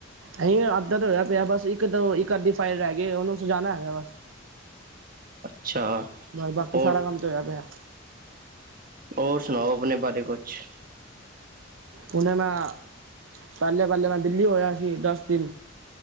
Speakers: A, on the right (about 80°); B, on the right (about 45°).
A: ਨਹੀਂ ਅੱਧਾ ਤਾਂ ਹੋਇਆ ਪਿਆ ਬਸ ਇੱਕ-ਦੋ ਇ ਕਰਦੀ ਫਾਈਲ ਰਹਿ ਗਈ ਉਹਨੂੰ ਸਜਾਣਾ ਹੈਗਾ ਬਸ
B: ਅੱਛਾ
A: ਬਸ ਬਾਕੀ
B: ਹੋਰ
A: ਸਾਰਾ ਕੰਮ ਤੇ ਹੋਯਾ ਪਿਆ।
B: ਹੋਰ ਸੁਣਾਓ ਆਪਣੇ ਬਾਰੇ ਕੁਛ।
A: ਹੁਨ ਮੈਂ ਪਹਿਲੇ ਪਹਿਲੇ ਮੈਂ ਦਿੱਲੀ ਹੋਇਆ ਸੀ ਦਸ ਦਿਨ